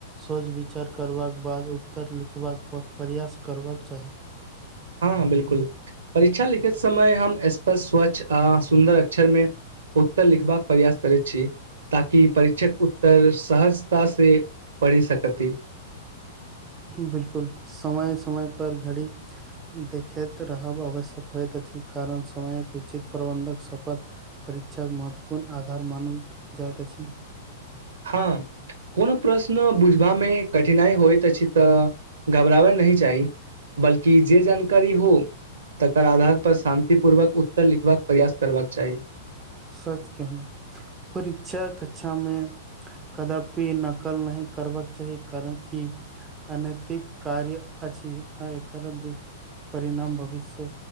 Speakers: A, on the right; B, on the right.
A: सोच विचार करबाक बाद उत्तर लिखबाक प्रयास करबाक चाही।
B: हँ बिल्कुल परीक्षा लिखित समय हम स्पष् स्वच्छ आ सुन्दर अक्षर मे- - उत्तर लिखबाक प्रयास करैत छी। ताकि परीक्षक उत्तर सहजता से पढ़ि सकति।
A: बिलकुल समय-समय पर घड़ी देखैत रहब आवश्यक होएत अछि कारण समय के उचित प्रबन्धक सफल परीक्षाक महत्वपूर्ण आधार मानल जाएत अछि।
B: हां। कोनो प्रश्न बुझबा मे कठिनाई होएत अछि तऽ घबराबय नहि चाही। बल्कि जे जानकारी हो तकर आधार पर शान्तिपूर्वक उत्तर लिखबाक प्रयास करबाक चाही।
A: सच कहलौ परीक्षा कछा मे कदापि नकल नहि करबाक चाही कारण ई अनैतिक कार्य अछि आ एकरा दोस परिणाम भविष्य